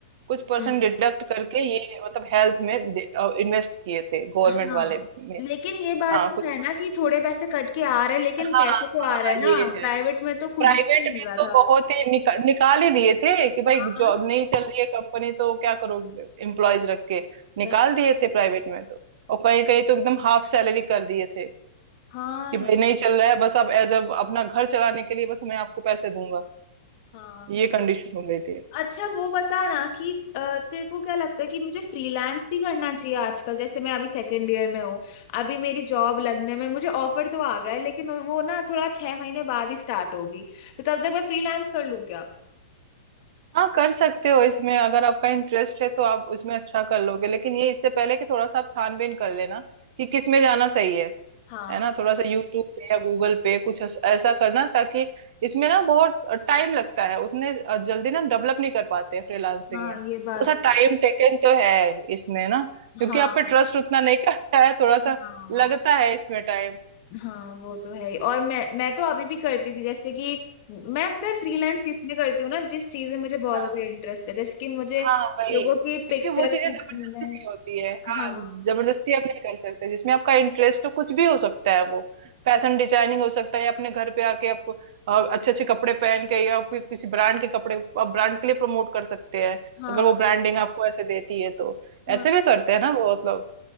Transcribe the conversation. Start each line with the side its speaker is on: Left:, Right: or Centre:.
Right: कुछ पर्सन
Left: हम्म
Right: डिडक्ट करके ये मतलब हेल्थ में इन्वेस्ट किए थे गवर्नमेंट
Left: हाँ
Right: वाले में
Left: लेकिन ये बात
Right: हाँ
Left: तो
Right: कुछ
Left: है
Right: पर्सन
Left: ना कि थोड़े पैसे कट के आ रहे हैं लेकिन
Right: हाँ
Left: पैसे
Right: हाँ
Left: तो आ रहे हैं ना
Right: ये है
Left: प्राइवेट में तो कुछ
Right: प्राइवेट
Left: भी नहीं मिल
Right: में
Left: रहा
Right: तो
Left: था
Right: बहुत ही निका, निकाल ही दिए थे कि भाई
Left: हाँ हाँ
Right: जॉब नहीं चल रही है कंपनी तो क्या करोगे एम्प्लॉयज रख के निकाल
Left: भाई
Right: दिए थे प्राइवेट में तो और कहीं कहीं तो एकदम हाफ सैलरी कर दिए थे
Left: हाँ
Right: कि भाई
Left: यार
Right: नहीं चल रहा है बस आप एज अ अपना घर चलाने के लिए बस मैं आपको पैसे दूंगा
Left: हाँ
Right: ये कंडीशन हो गई थी
Left: अच्छा वो बता ना कि अ, तेरे को क्या लगता है कि मुझे फ्रीलांस भी करना चाहिए आजकल जैसे मैं अभी सेकंड ईयर में हूँ अभी मेरी जॉब लगने में मुझे ऑफर तो आ गया है लेकिन वो ना थोड़ा छह महीने बाद ही स्टार्ट होगी तो तब तक मैं फ्रीलांस कर लूँ क्या
Right: हाँ कर सकते हो इसमें अगर आपका इंटरेस्ट है तो आप उसमें अच्छा कर लोगे लेकिन ये इससे पहले कि थोड़ा सा आप छानबीन कर लेना कि किस में जाना सही है
Left: हाँ
Right: है ना थोड़ा सा यूट्यूब पे या गूगल पे कुछ ऐस- ऐसा करना ताकि इसमें ना बहुत टाइम लगता है उतने जल्दी ना डेवलप नहीं कर पाते हैं फ्रीलांसिंग
Left: हाँ
Right: में थोड़ा
Left: ये बात
Right: सा
Left: भी
Right: टाइम
Left: है
Right: टेकन तो है इसमें ना क्योंकि
Left: हाँ
Right: आप पे ट्रस्ट उतना नहीं <laughs> करता है थोड़ा सा
Left: हाँ
Right: लगता है इसमें टाइम
Left: हाँ वो तो है ही और मैं मैं तो अभी भी करती थी जैसे कि मैं पता है फ्रीलांस किस में करती हूँ ना जिस चीज में मुझे बहुत
Right: हाँ
Left: ज्यादा इंटरेस्ट है जैसे कि मुझे
Right: हाँ वही
Left: लोगों की पिक्चर
Right: क्योंकि वो चीजें
Left: खींचने
Right: जबरदस्ती
Left: में
Right: नहीं होती है हाँ
Left: हाँ
Right: जबरदस्ती आप नहीं कर सकते जिसमें आपका इंटरेस्ट हो कुछ भी हो सकता है वो फैशन डिजाइनिंग हो सकता है या अपने घर पे आके आप अच्छे अच्छे कपड़े पहन के या फिर किसी ब्रांड के कपड़े आप ब्रांड के लिए प्रमोट कर सकते हैं
Left: हाँ
Right: अगर वो ब्रांडिंग आपको ऐसे देती है तो ऐसे
Left: हाँ
Right: भी करते हैं ना बहुत लोग